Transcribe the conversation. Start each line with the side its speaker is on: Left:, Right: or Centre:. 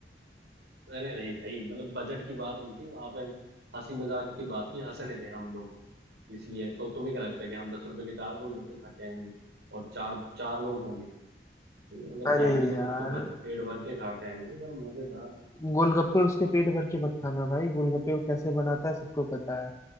Right: अरे नहीं भाई मतलब बजट की बात नहीं थी वहां पे हंसी मजाक की बात थी हंस रहे थे हम लोग इसलिए तो तुम्हें क्या लगता है कि हम दस रुपए के चार गोलगप्पे खा के आएंगे और चार चार लोग होंगे भाई अगर
Left: अरे
Right: जाएंगे
Left: यार
Right: तो कुछ तो भर पेट भर के खा के आएंगे पर मजेदार
Left: गोलगप्पे उसके पेट भर के मत खाना भाई गोलगप्पे वो कैसे बनाता है सबको पता है